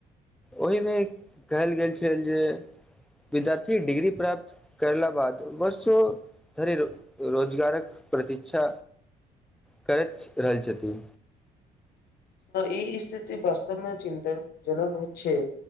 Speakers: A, in the centre; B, on the left.
A: ओहिमे कहल गेल छल जे विद्यार्थी के डिग्री प्राप्त करला बाद बरसो धरि रोजगारक प्रतिक्षा करैत रहल छथि
B: इ स्थिति वास्तवमे चिन्ता जनक छै